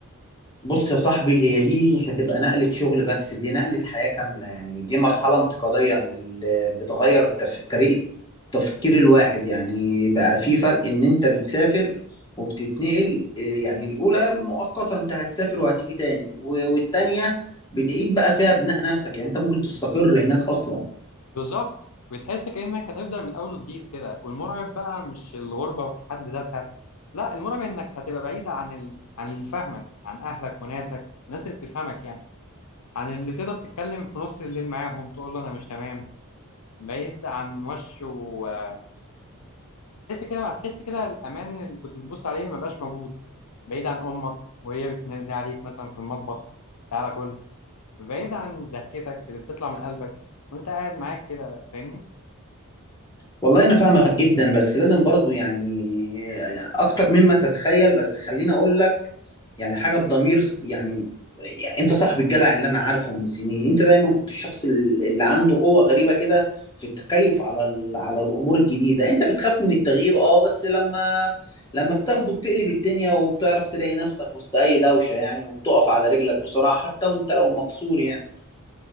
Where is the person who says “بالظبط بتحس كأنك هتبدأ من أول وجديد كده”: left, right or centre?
Left